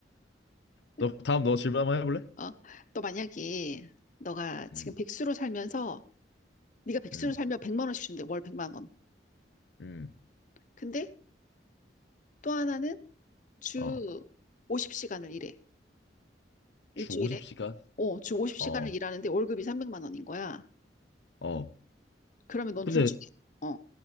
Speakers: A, on the left; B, on the left.
A: <laughs>
B: 너, 다음 너 질문 한번 해볼래?
A: 어, 너 만약에, 너가 지금
B: 응,
A: 백수로 살면서, 네가 백수로
B: 응,
A: 살면 100만 원씩 준대, 월 100만 원.
B: 응.
A: 근데 또 하나는 주
B: 어,
A: 50시간을 일해. 일주일에.
B: 주 50시간?
A: 어, 주 50시간을
B: 어,
A: 일하는데 월급이 300만 원인 거야.
B: 어.
A: 그러면 넌
B: 근데,
A: 둘 중에, 어,